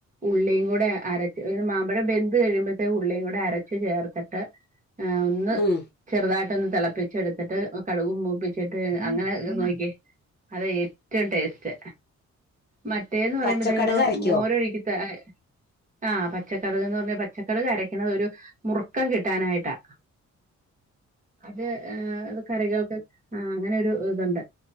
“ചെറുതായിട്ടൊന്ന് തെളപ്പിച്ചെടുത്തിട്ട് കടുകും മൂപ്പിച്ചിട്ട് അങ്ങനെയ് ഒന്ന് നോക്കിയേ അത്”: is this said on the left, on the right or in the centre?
Right